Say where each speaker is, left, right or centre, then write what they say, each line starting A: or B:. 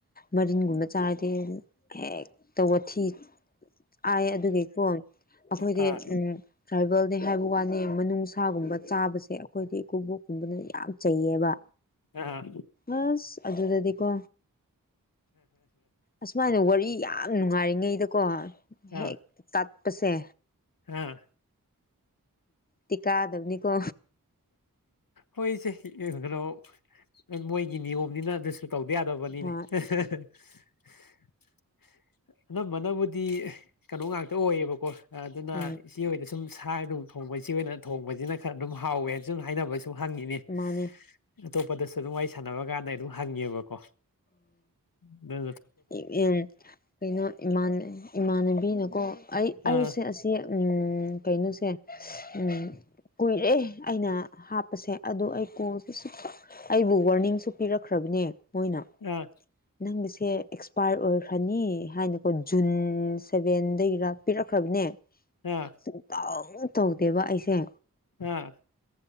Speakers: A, on the left; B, on the left.
A: ꯃꯔꯤꯟꯒꯨꯝꯕ ꯆꯥꯔꯗꯤ ꯍꯦꯛ ꯇꯧꯕ ꯊꯤ
B: <unintelligible>
A: ꯐꯥꯢ ꯑꯗꯨꯒꯤꯀꯣ ꯑꯩꯈꯣꯏꯗꯤ
B: ꯑꯥ
A: ꯎꯝ ꯇ꯭ꯔꯥꯏꯕꯦꯜꯅꯦ ꯍꯥꯏꯕ ꯋꯥꯅꯤ ꯃꯅꯨꯡꯁꯥꯒꯨꯝꯕ ꯆꯥꯕꯁꯦ ꯑꯩꯈꯣꯏꯗꯤ ꯏꯀꯨꯕꯣꯛꯀꯨꯝꯕꯅ ꯌꯥꯝ ꯆꯩꯌꯦꯕ
B: ꯑꯥ
A: ꯑꯁ ꯑꯗꯨꯗꯗꯤꯀꯣ ꯑꯁꯨꯃꯥꯏꯅ ꯋꯥꯔꯤ ꯌꯥꯝ ꯅꯨꯡꯉꯥꯏꯔꯤꯉꯩꯗꯀꯣ
B: ꯑꯥ
A: ꯍꯦꯛ ꯇꯠꯄꯁꯦ
B: ꯑꯥ
A: ꯇꯤꯀꯥꯗꯕꯅꯤꯀꯣ
B: ꯍꯣꯏꯁꯦ ꯀꯩꯅꯣ ꯃꯣꯏꯒꯤ ꯅꯤꯌꯣꯝꯅꯤꯅ ꯑꯗꯨꯁꯨ ꯇꯧꯗ ꯌꯥꯗꯕꯅꯤꯅꯦ
A: ꯍꯣꯏ
B: <unintelligible> ꯑꯅꯝꯕꯅꯕꯨꯗꯤ ꯀꯩꯅꯣ ꯉꯥꯛꯇ ꯑꯣꯏꯌꯦꯕꯀꯣ ꯑꯗꯨꯅ
A: ꯎꯝ
B: ꯏꯆꯦ ꯍꯣꯏꯗ ꯁꯨꯝ ꯁ ꯅꯨꯡ ꯊꯣꯡꯕꯁꯦ ꯢꯆꯦ ꯍꯣꯢꯅ ꯊꯣꯡꯕꯖꯤꯅ ꯈꯔ ꯑꯗꯨꯝ ꯍꯥꯎ ꯁꯨꯝ ꯍꯥꯏꯅꯕꯩ ꯁꯨꯝ ꯍꯪꯉꯤꯅꯦ
A: ꯃꯥꯅꯦ
B: ꯑꯇꯣꯞꯄꯗꯁꯨ ꯑꯗꯨꯝ ꯋꯥꯔꯤ ꯁꯥꯟꯅꯕ ꯀꯥꯟꯗ ꯑꯗꯨꯝ ꯍꯪꯉꯦꯕ ꯀꯣ ꯅꯠꯀꯣ
A: ꯎ ꯀꯩꯅꯣ ꯏꯃꯥꯟ ꯢꯃꯥꯟꯅꯕꯤꯅꯀꯣ ꯑꯩ ꯑꯩꯁꯦ
B: ꯑꯥ
A: ꯑꯁꯤ ꯎꯝ ꯀꯩꯅꯣꯁꯦ ꯎꯝ ꯀꯨꯏꯔꯦ ꯑꯩꯅ ꯍꯥꯞꯄꯁꯦ ꯑꯗꯨ ꯑꯩ ꯀꯣꯜꯗꯤ ꯁꯨꯇꯧ ꯑꯩꯕꯨ ꯋꯥꯔꯅꯤꯡꯁꯨ ꯄꯤꯔꯛꯈ꯭ꯔꯕꯅꯦ ꯃꯣꯏꯅ
B: ꯑꯥ
A: ꯅꯪꯒꯤꯁꯦ ꯁꯦ ꯑꯦꯛꯁꯄꯥꯔ ꯑꯣꯏꯈ꯭ꯔꯅꯤ ꯍꯥꯏꯅꯀꯣ ꯖꯨꯟ ꯁꯚꯦꯟꯗꯒꯤꯔ ꯄꯤꯔꯛꯈ꯭ꯔꯕꯅꯦ
B: ꯑꯥ
A: ꯁꯨꯛꯇꯧ ꯇꯧꯗꯦꯕ ꯑꯩꯁꯦ
B: ꯑꯥ